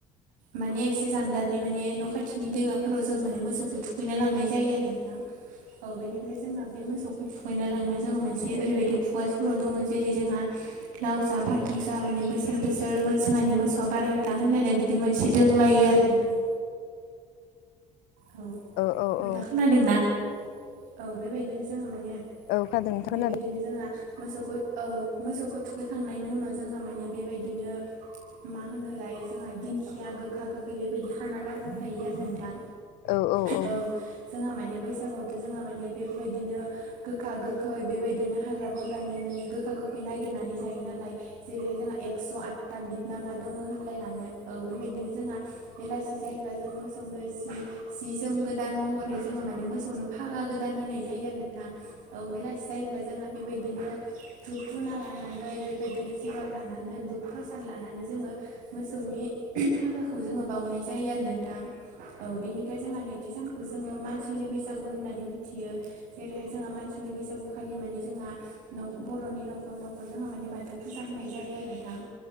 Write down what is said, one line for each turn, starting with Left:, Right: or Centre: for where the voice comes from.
Right: माने एसे जानगारनि माने न' खाथिनि दैमाफोराव जों माने मोसौखौ थुख नो लांनाय जायो आरो नों दां औ बेनिफ्राय जोंहा बे मोसौखौ ना लांनायाव जोंहा मोनसे ओरैबायदि खुगा सल' दङ जेरै जोंहा लाव जा फान्थाव जा माने बोसो बोसोर बोसोर जोंहानि मोसौआ बारायबाय था होनलायनाय बिदि मोनसे दोंलायो आरो नोंथां औ
Left: औ औ
Right: खोथा
Left: औ
Right: खोनादोंना औ बेबायदिनो जोंहा माने
Left: औ खोनादों नोंथां खोनादों
Right: बेबायदिनो जोंहा मोसौखौ औ मोसौखौ थुखैखांनायनि उनाव जोंहा माने बेबायदिनो मा होनो लायो जोंहा दिंखिया गोखा गोखै बेबायदि खाना लाबोफायो आरो नोंथां
Left: औ औ औ
Right: औ जोंहा माने बैसागोआवथ' जोंहा माने बेफोरबायदिनो गोखा गोखै बेबायदिनो हाग्रा बंग्रानि माने गोखा गोखै नागिरनानै जायो नालाय जेरैहाय जोंहा एक्स' आदथा बिदनामा दङ होनलायलाङो औ बेबायदिनो जोंहा बेलासि जायोब्ला जों मोसौ सावनाय जि जि जोम गोदान महरै जोङो माने मोसौनो फागा गोदान होनाय जायो आरो नोंथां औ बेलासि जायोब्ला जोंहा बेबायदिनो धुप धुना लानानै बेबायदिनो जिगाब लानानै बुध प्रसाद लानानै जोङो मोसौनि फागाखौ जोङो बावनाय जायो आरो नोंथां औ बिनिफ्राय जोंहा नैथि सानखौ जोङो मानसिनि बैसागु होननानै मिथियो जेरैहाय जोंहा मानसि बिदिनो बैसागुखालि माने जोंहा न बर'नि न'खर न'खर जोंहा माने बाथौ फुजा होनाय जायो आरो